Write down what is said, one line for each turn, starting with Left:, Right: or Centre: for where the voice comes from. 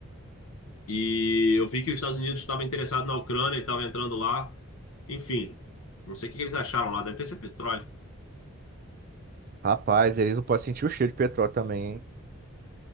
Left: e eu vi que os Estados Unidos estavam interessados na Ucrânia e estavam entrando lá. Enfim, não sei o que que eles acharam lá, deve ter sido petróleo.
Right: Rapaz, eles não podem sentir o cheiro de petróleo também, hein?